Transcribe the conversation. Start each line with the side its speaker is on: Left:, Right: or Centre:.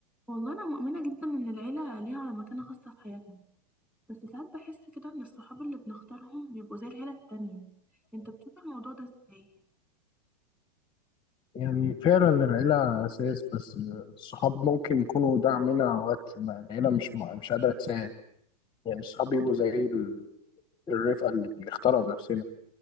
Centre: والله أنا مؤمنة جدا إن العيلة ليها مكانة خاصة في حياتنا بس ساعات بحس كده إن الصحاب اللي بنختارهم بيبقوا زي العيلة التانية أنت بتشوف الموضوع ده إزاي؟
Left: يعني فعلا العيلة أساس بس الصحاب ممكن يكونوا دعمنا وقت ما العيلة مش مش قادرة تساعد يعني الصحاب بيبقوا زي ال- الرفقة اللي بنختارها بنفسنا